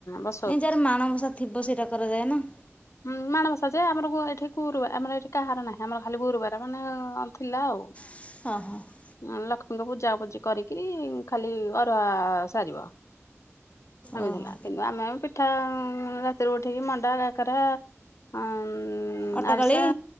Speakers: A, on the left; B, on the left.
A: ବ
B: ନାଇଁ ଯାର ମାଣବସା ଥିବ ସେଇଟା କରାଯାଏ ନା।
A: ହୁଁ ମାଣବସା ଯାଏ ଆମର ଗୁ ଏଠି ଗୁରୁ ଆମର ଏଠି କାହାର ନାହିଁ ଆମର ଖାଲି ଗୁରୁବାର ମାନେ ଥିଲା ଆଉ।
B: <unintelligible>
A: ଉଁ ଲକ୍ଷ୍ମୀଙ୍କ ପୂଜାପୂଜି କରିକି ଖାଲି ଅରୁଆ ସାରିବ। ହେମିଥିଲା
B: ଓହୋ
A: କିନ୍ତୁ ଆମେ ପିଠା ରାତିରୁ ଉଠିକି ମଣ୍ଡା କା କେରା ଉଁ
B: ଅଟକାଳି।
A: ଆରିସା